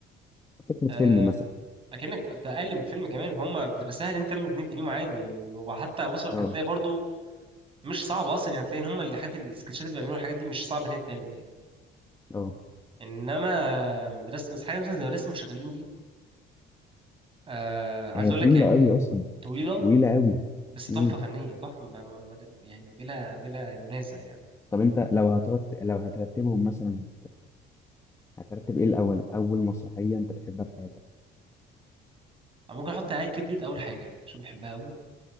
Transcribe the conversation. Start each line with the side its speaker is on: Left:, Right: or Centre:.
Left: فكره
Right: آه
Left: فيلم مثلا
Right: اكنك بقى- اقل من فيلم كمان هم بتبقى سهل انت تعمل اتنين في اليوم عادي و- وحتى وصل
Left: اه
Right: هتلاقي برضو مش صعب اصلا يعني هتلاقي ان هم الحاجات السكتشات اللي بيعملوها الحاجات دي مش صعب ان هي تتعمل يعني
Left: اه
Right: انما مدرسه حاجه مثلا زي مدرسه المشاغبين دي آه عايز
Left: هي
Right: اقول
Left: طويله
Right: لك يعني
Left: قوي اصلا
Right: طويله
Left: طويله قوي
Right: بس تحفه
Left: امم
Right: فنيه تحفه ب- م- م- يعني بلا بلا منازع يعني
Left: طب انت لو هترت... لو هترتبهم مثلا هترتب ايه الاول اول مسرحيه انت بتحبها في حياتك
Right: او ممكن احط عاد كبرت اول حاجه عشان بحبها قوي